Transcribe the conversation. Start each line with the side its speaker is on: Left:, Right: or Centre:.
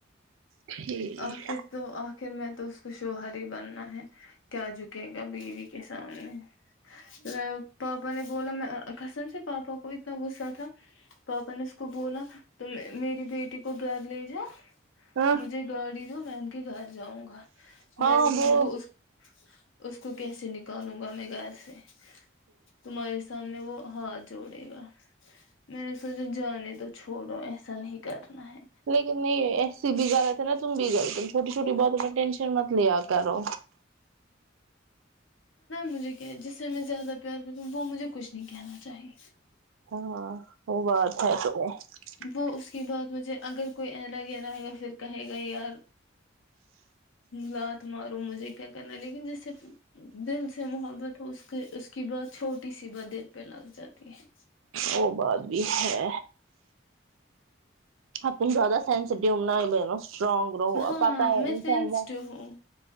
Right: ٹھیک
Left: آکھر تو آکھر میں <inaudible> وہ غریب بننا ہے کیا جھکے گا بیوی کے سامنے پاپا نے بولا میں قسم سے پاپا کو <unintelligible> اس کو بولا میری بیٹی کو <unintelligible> <unintelligible>
Right: ہاں ہاں وہ
Left: <unintelligible> <unintelligible> <unintelligible> تمہارے ساتھ وہ ہاتھ جوڑے گا <unintelligible> جانے دو ایسا نہیں کرنا ہے
Right: لیکن نہیں ایسی <unintelligible> چھوٹی چھوٹی باتیں مت لیا کرو
Left: مجھے جسم میں زیادہ پیار کرتی ہوں وہ مجھے کچھ نہیں کہنا چاہیے
Right: <unintelligible> <unintelligible>
Left: وہ اس بات مجھے اگر کوئی الگ الگا پھر کہے گا یار رات مارو مجھے کیا کرنا ہے لیکن جس سے دل سے محبت اس کی اس کی بات چھوٹی سی باتیں پہ لگ جاتی ہے
Right: وہ بعد بھی ہے اپ زیادہ ٹائم سٹرانگ رو
Left: ہاں
Right: اب اتا ہے
Left: میں
Right: انشاءاللہ
Left: سینسٹو ہوں